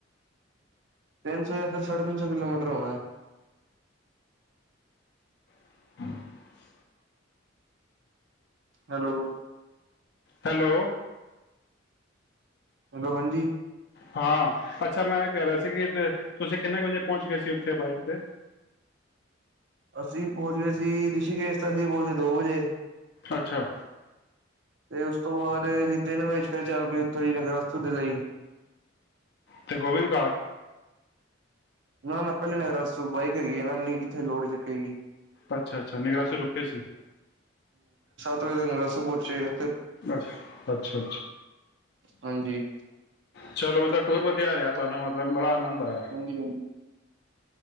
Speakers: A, on the right; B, on the left.
A: ਤਿੰਨ ਸੋ ਯਾ ਫਿਰ ਸਾੜੇ ਤਿੰਨ ਸੋ ਕਿਲੋਮੀਟਰ ਹੋਨਾ ਏ।
B: <inaudible>
A: ਹੈਲੋ।
B: ਹੈਲੋ।
A: ਹੈਲੋ ਹਾਂਜੀ।
B: ਹਾਂ, ਅੱਛਾ ਮੈਂ ਐ ਕੈ ਰੇਆ ਸੀ, ਕਿ ਤੁਸੀ ਕਿੰਨੇ ਕ ਵਜੇ ਪੋਹਂਚ ਗਏ ਸੀ ਉੱਥੇ ਬਾਈਕ ਤੇ।
A: ਅਸੀ ਪੋਚ ਗਏ ਸੀ, ਰਿਸ਼ੀਕੇਸ਼ ਤਾ ਅਸੀ ਪੋਚ ਗਏ ਦੋ ਵਜੇ
B: ਅੱਛਾ
A: ਤੇ ਉਸ ਤੋ ਬਾਦ ਅਹੀ ਤਿੰਨ ਵਜੇ ਫਿਰ ਚੱਲ ਪਏ ਉੱਥੋਂ ਦੀ ਨਗਰਸਤੂ ਦੇ ਲਈ
B: ਤੇ ਗੋਬਿੰਦ ਘਾਟ?
A: ਨਾ ਨਾ ਪੈਲੇ ਨੱਗਰਾਸੂ, ਬਾਈਕ ਹੈਗੀ ਆ ਨਾ ਇਨੀ ਕਿੱਥੇ ਲੋਡ ਚੱਕੇਗੀ।
B: ਅੱਛਾ-ਅੱਛਾ ਨਿਗਰਾਸੂ ਰੁਕੇ ਸੀ।
A: ਫੇਰ <unintelligible> ਪੋਚੇ ਆ।
B: ਅੱਛਾ ਅੱਛਾ
A: ਹਾਂਜੀ
B: ਚਲੋ ਟੂਰ ਵਧਿਆ ਰਿਹਾ ਤੁਹਾਨੂੰ ਮਤਲਬ ਬੜਾ ਆਨੰਦ ਆਇਆ।
A: ਹਾਂਜੀ ਹਾਂਜੀ